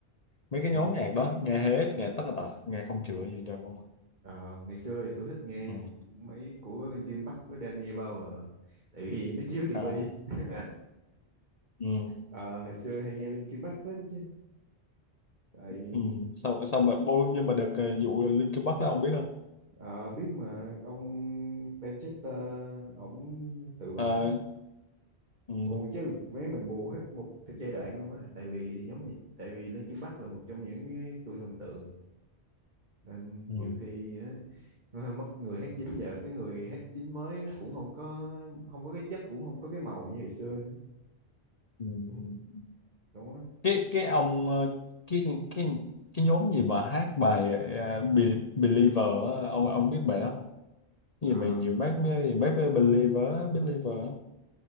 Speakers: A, on the left (about 40°); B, on the right (about 45°).
A: mấy cái
B: ừ.
A: nhóm nhạc đó nghe hết nghe tất cả tật nghe không chữa gì đâu không ạ.
B: Ờ, ngày xưa thì tôi thích nghe
A: ừ.
B: mấy của Linkin Park với Danny Bauer tại vì nó chiếu tivi
A: à
B: <laughs>
A: ừ.
B: Ờ, hồi xưa hay nghe Linkin Park phết đó chứ. Tại
A: Ừ. xong xong rồi bôi nhưng mà được ờ, vụ Linkin Park đó ông biết không
B: Ờ, biết mà ông Manchester ổng tự vẫn
A: Ờ, ừ.
B: buồn chứ mấy mình buồn hết một thời giai đoạn luôn á tại vì thì giống như, tại vì Linkin Park là một trong những cái tụi thần tượng nên
A: Ừ.
B: nhiều khi á, nó mất người hát chính giờ cái người hát chính mới nó cũng không có không có cái chất cũng không có cái màu như hồi xưa nữa
A: Ừ.
B: ừ,
A: ừ.
B: đúng á
A: cái cái ông ờ, cái cái cái nhóm gì mà hát bài ờ, Be- Believer á, ông ông biết bài đó không
B: Ờ,
A: cái gì mà nhiều bác mới- bác mới Believer á, Believer á.